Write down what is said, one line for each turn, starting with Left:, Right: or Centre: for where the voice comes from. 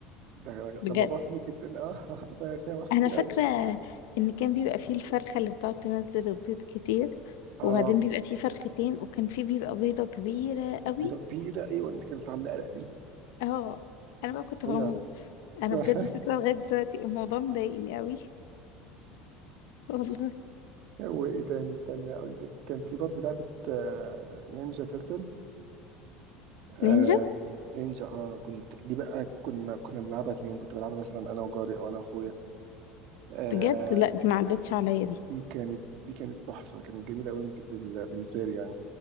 Right: ده ده,
Left: بجد
Right: ده موضوع كبير جدا اه <laughs> فيها فيها مراحل
Left: انا
Right: كتير
Left: فاكرة
Right: قوي
Left: ان كان بيبقى فيه الفرخة اللي بتقعد تنزل البيض كتير
Right: اه
Left: وبعدين بيبقى فيه فرختين وكان فيه بيبقى بيضة كبيرة قوي
Right: بتكبيرة ايوه دي كانت عاملة قلق دي
Left: اه انا بقى كنت
Right: ايوه
Left: بموت انا
Right: <laughs>
Left: بجد فكرة لغاية دلوقتي الموضوع مضايقني قوي <laughs> والله
Right: وايه تاني استنى اقول لك كان في برضه لعبة آه، نينجا تيرتلز آه
Left: نينجا
Right: نينجا اه كنت دي بقى كنا كنا بنلعبها اتنين كنت بلعبها مثلا انا وجاري او انا واخويا آه
Left: بجد لا دي ما عدتش عليا دي
Right: دي كانت دي كانت تحفة كانت جميلة قوي بال- بالنسبة لي يعني